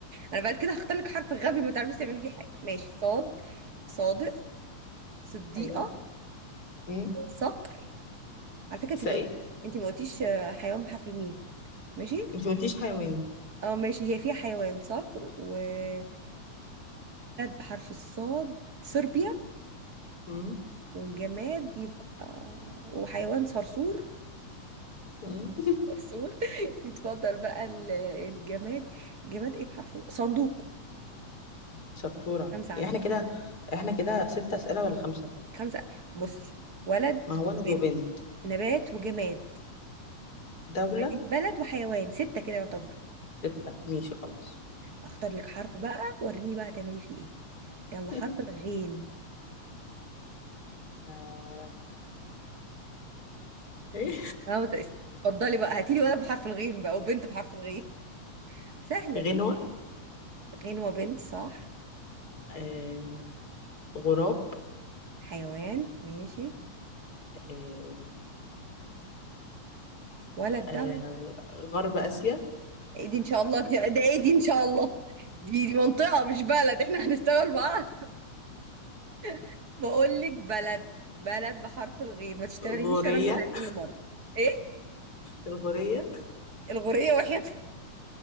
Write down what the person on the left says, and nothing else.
ايوه امم
سائل
انت ما قلتيش حيوان
امم
امم
<laughs> شطورة
يعني احنا كده احنا كده ست أسئلة ولا خمسة
ما هو ولد
وبنت
دولة
ستة ماشي خلاص
<laughs>
آه، إيه؟
غنوة
آه... غراب
آه...
آه...
غرب آسيا
غورية
الغورية